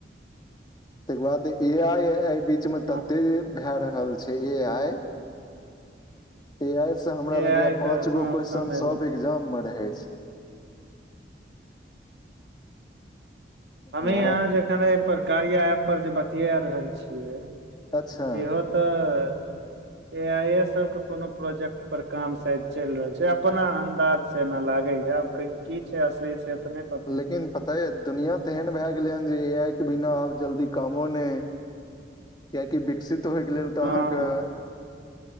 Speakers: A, on the left; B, on the right.
A: <inaudible> त इ के बाद ए आइ बीच में
B: हँ
A: तते जे भए रहल छै ए आइ ए आई से हमरा
B: ए
A: लगेया
B: आइ के
A: पांच
B: हँ
A: गो क्वेश्चन
B: समय
A: सब
B: ले
A: एग्जाम में रहै छै <inaudible>
B: हमही
A: वएह
B: यहाँ जखन कारिया ऐप पर जे बतिया रहल छियै से
A: अच्छा
B: <inaudible> इहो तऽ ऐ आइ सब के कोनो प्रोजेक्ट पर काम शायद चल रहल छै अपना अन्दाज जेना लागेया आब की छै असली से नाहि
A: लेकिन पता ये दुनिया तेहन भै गेलै हन ए आई के बिना आब जल्दी कामो ने <inaudible> किया कि बिक विकसित होइके लेल तऽ
B: हँ
A: अहाँके